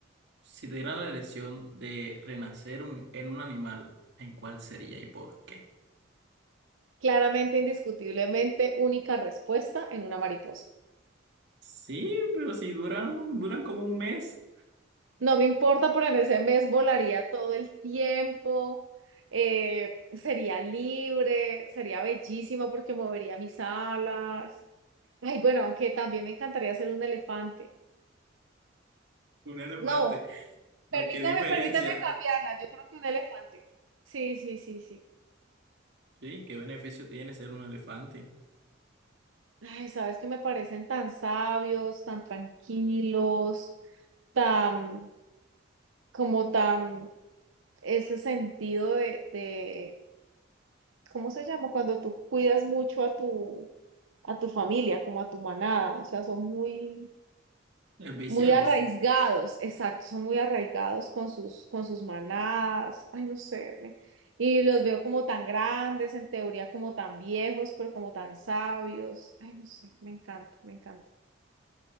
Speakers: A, on the right; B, on the right.
A: Si te dieran la elección de renacer un- en un animal, ¿en cuál sería y por qué?
B: Claramente, indiscutiblemente, única respuesta en una mariposa.
A: Sí, pero si duran, duran como un mes,
B: No me importa, pero en ese mes volaría todo el tiempo, eh, sería libre, sería bellísimo porque movería mis alas. Ay, bueno, aunque también me encantaría ser un elefante.
A: un elefante.
B: No,
A: No,
B: permíteme,
A: qué diferencia.
B: permíteme cambiarla. Yo creo que un elefante. Sí, sí, sí, sí.
A: Sí, qué beneficio tiene ser un elefante.
B: Ay, sabes que me parecen tan sabios, tan tranquilos, tan, como tan, ese sentido de, de, ¿cómo se llama? Cuando tú cuidas mucho a tu a tu familia, como a tu manada, o sea, son muy,
A: Serviciales.
B: muy arraigados, exacto, son muy arraigados con sus, con sus manadas, ay, no sé, me- y los veo como tan grandes, en teoría como tan viejos, pero como tan sabios, ay, no sé, me encanta, me encanta.